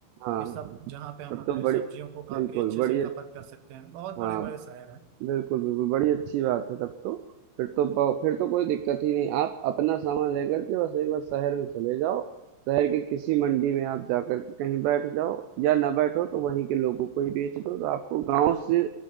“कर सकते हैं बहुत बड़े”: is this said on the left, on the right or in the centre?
Right